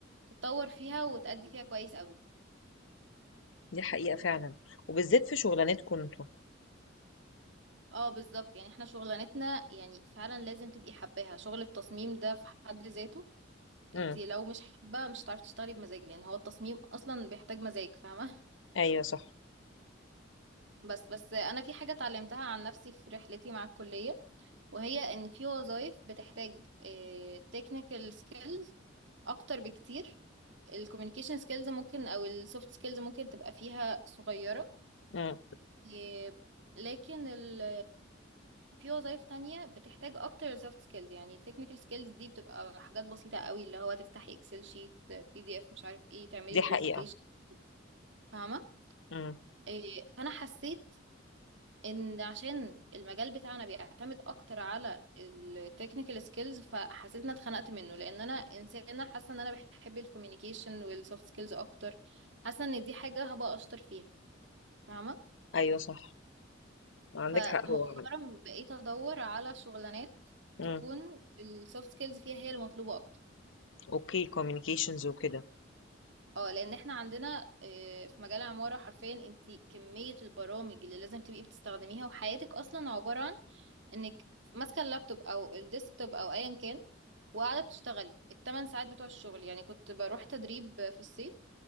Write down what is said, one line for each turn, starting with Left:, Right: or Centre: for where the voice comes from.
Right: تتطور فيها وتأدي فيها كويس أوي
Left: دي حقيقة فعلا وبالذات في شغلانتكم انتوا.
Right: اه بالظبط يعني احنا شغلانتنا يعني فعلا لازم تبقي حباها شغل التصميم ده في حد ذاته
Left: إمم.
Right: انت لو مش حابة مش هتعرفي تشتغلي بمزاج لأن هو التصميم أصلا بيحتاج مزاج فاهمة
Left: أيوه صح.
Right: بس بس أنا في حاجة اتعلمتها عن نفسي في رحلتي مع الكلية وهي ان في وظائف بتحتاج تكنيكال سكيلز اكتر بكتير الكوميونيكيشن سكيلز ممكن او السوفت سكيلز ممكن تبقى فيها صغيرة
Left: إمم.
Right: آه، لكن ال في وظائف تانية بتحتاج اكتر سوفت سكيلز يعني التكنيكال سكيلز دي بتبقى حاجات بسيطة قوي اللي هو تفتحي اكسل شيت بي دي اف مش عارف ايه تعملي
Left: دي
Right: برزنتيشن
Left: حقيقة.
Right: فاهمة
Left: إمم.
Right: آه، فانا حسيت ان عشان المجال بتاعنا بيعتمد اكتر على التكنيكال سكيلز فحسيت ان أنا اتخنقت منه لان انا انسانه حاسه ان انا بحب الكوميونيكيشن والسوفت سكيلز اكتر حاسه ان دي حاجه هبقى اشطر فيها فاهمه
Left: أيوه صح. عندِك
Right: فمؤخرا
Left: حق هو
Right: بقيت ادور على شغلانات
Left: إمم.
Right: تكون السوفت سكيلز فيها هي المطلوبه اكتر
Left: أوكي communications وكده.
Right: اه لان احنا عندنا آه، في مجال العمارة حرفيا انت كمية البرامج اللي لازم تبقي بتستخدميها وحياتك اصلا عبارة عن انك ماسكة اللابتوب او الديسكتوب او ايا كان وقاعدة بتشتغلي الثمان ساعات بتوع الشغل يعني كنت بروح تدريب في الصيف